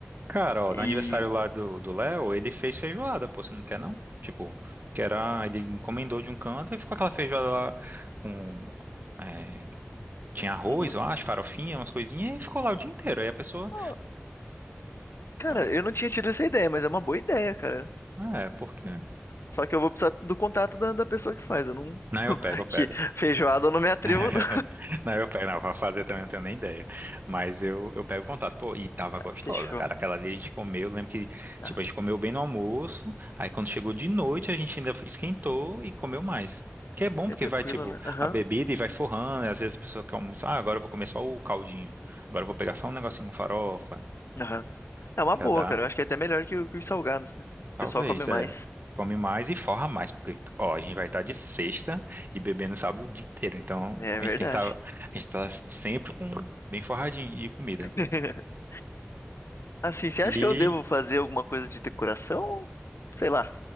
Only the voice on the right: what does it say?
Cara, ó,
no aniversário lá do do Léo, ele fez feijoada, pô, você não quer não? Tipo, que era, ele encomendou de um canto e ficou aquela feijoada lá com. é, tinha arroz,
eu acho, farofinha, umas coisinhas, e ficou lá o dia inteiro. Aí a pessoa.
É, uma-
é, porque.
Não, eu
pego, eu pego.
<laughs>
Não, eu pego, não, pra fazer também eu não tenho nem ideia. Mas eu, eu pego o contato. Pô, e tava
gostosa,
cara. Aquela ali a gente comeu, eu lembro que, tipo,
a gente comeu bem no almoço. Aí quando chegou de noite, a gente ainda esquentou
e comeu mais. Que é bom, porque
vai, tipo,
a bebida e vai forrando. E às vezes a pessoa quer almoçar, ah, agora eu vou comer só o caldinho. Agora eu vou pegar só um negocinho com farofa.
Já dá.
Talvez,
é. Come mais e forra mais, porque, ó, a gente vai estar de sexta e bebendo sábado o dia inteiro. Então,
a
gente tem que estar, a gente tá sempre com bem forradinho e comida.
E,